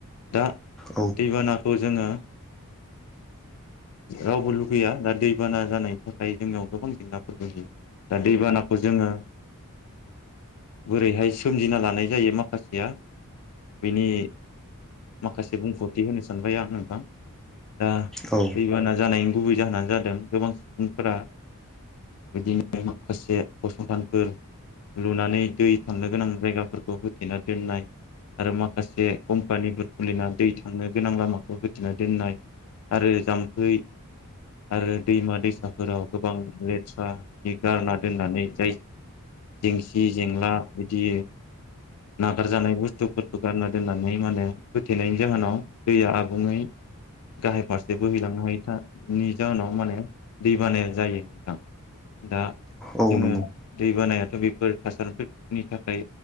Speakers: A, on the left (about 85°); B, in the centre.
A: दा
B: औ
A: दैबानाखौ जोङो रावबो लुगैया दा दैबाना जानायनि थाखाय जोंनियाव गोबां जेंनाफोर गोग्लैयो। दा दैबानाखौ जोङो बोरैहाय सोमजिना लानाय जायो माखासेया बेनि माखासे बुंफोरथि होनो सानबाय आं नोंथां दा
B: औ
A: ओ दैबाना जानायनि गुबै जाहोनानो जादों गोबां सुबुंफोरा बिदिनो माखासे फसंथानफोर लुनानै दै थांनो गोनां जायगाफोरखौ होथेना दोननाय आरो माखासे कम्पानिफोर खुलिना दै थांनो गोनां लामाखौ होथेना दोननाय आरो जाम्फै आरो दैमा दैसाफोराव गोबां लेथ्रा बिदि गारना दोननानै जाय जेंसि जेंला बिदि नागारजानाय बुस्थुफोरखौ गारना दोननानै माने होथेनायनि जाहोनाव दैया आबुङै गाहाय फारसे बोहैलांनो हायोनि जाहोनाव माने दै बानाया जायो नोंथां। दा
B: औ
A: जोङो
B: नंगौ
A: दैबानायाथ' बेफोर थासारिफोरनि थाखाय